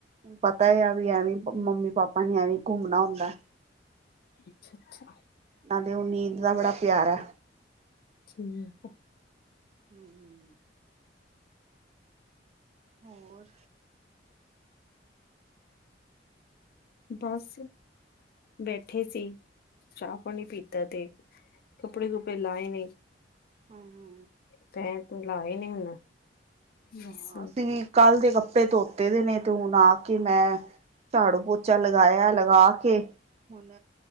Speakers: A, on the right; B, on the left.
A: ਪਤਾ ਏ ਆ ਵੀ ਐਵੇਂ ਮੰਮੀ ਪਾਪਾ ਨੀ ਐਵੇਂ ਘੁੰਮਣਾ ਹੁੰਦਾ
B: ਅੱਛਾ, ਅੱਛਾ
A: ਨਾਲੇ ਉ ਨੀਂਦ ਦਾ ਬੜਾ ਪਿਆਰੇ
B: ਠੀਕ
A: ਹਮ ਹਮ <inaudible> ਹੋਰ
B: ਬਸ ਬੈਠੇ ਸੀ ਚਾ ਪਾਣੀ ਪੀਤਾ ਤੇ ਕੱਪੜੇ ਕੁਪੜੇ ਲਾਏ ਨੇ
A: ਹੂੰ ਹੂੰ
B: ਤੈ ਤੂੰ ਲਾਏ ਨੀ ਹੁਣ
A: ਹਾਂ
B: ਬਸ।
A: ਅਸੀਂ ਵੀ ਕੱਲ੍ਹ ਦੇ ਕੱਪੜੇ ਧੋਤੇ ਦੇ ਨੇ ਤੇ ਹੁਣ ਆ ਕੇ ਮੈਂ ਝਾੜੂ ਪੋਚਾ ਲਗਾਇਆ ਲਗਾ ਕੇ ਹੁਣ